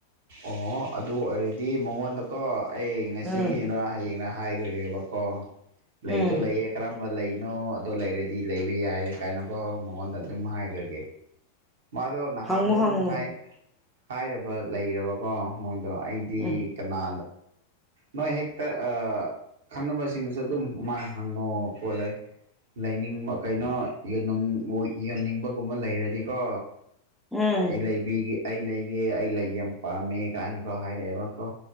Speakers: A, on the right; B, in the centre.
A: ꯑꯣ ꯑꯗꯨ ꯑꯣꯏꯔꯗꯤ ꯃꯉꯣꯟꯗꯀꯣ ꯑꯩ ꯉꯁꯤ
B: ꯎꯝ
A: ꯍꯌꯦꯡꯅ ꯍꯥꯏꯈ꯭ꯔꯒꯦꯕ ꯑꯣ ꯂꯩꯗꯣ
B: ꯎꯝ
A: ꯂꯩꯌꯦꯛ ꯀꯔꯝꯕ ꯂꯩꯅꯣ ꯑꯗꯣ ꯂꯩꯔꯗꯤ ꯂꯩꯕ ꯌꯥꯏ ꯀꯥꯏꯅꯀꯣ ꯃꯉꯣꯟꯗ ꯑꯗꯨꯝ ꯍꯥꯏꯈ꯭ꯔꯒꯦ ꯃꯥꯗꯣ ꯅꯍꯥꯟꯗꯣ
B: ꯍꯪꯉꯨ
A: ꯑꯗꯨꯝ
B: ꯍꯪꯉꯨ
A: ꯍꯥꯏ ꯍꯥꯏꯔꯕ ꯂꯩꯔꯕꯀꯣ ꯃꯣꯏꯗꯣ ꯑꯩꯗꯤ
B: ꯎꯝ
A: ꯀꯅꯥ ꯅꯣꯏ ꯍꯦꯛꯇ ꯑꯥ ꯈꯪꯅꯕꯁꯤꯡꯁꯨ ꯑꯗꯨꯝ ꯃꯥ ꯍꯪꯉꯣ ꯈꯣꯠꯂꯦ ꯂꯩꯅꯤꯡꯕ ꯀꯩꯅꯣ ꯌꯣꯟ ꯌꯣꯟꯅꯤꯡꯕꯒꯨꯝꯕ ꯂꯩꯔꯗꯤ ꯀꯣ
B: ꯎꯝ
A: ꯑꯩ ꯂꯩꯕꯤꯒꯦ ꯑꯩ ꯂꯩꯒꯦ ꯑꯩ ꯂꯩꯒꯦ ꯌꯥꯝ ꯄꯥꯝꯃꯦ ꯀꯥꯏꯅꯀꯣ ꯍꯥꯏꯔꯛꯑꯦꯕꯀꯣ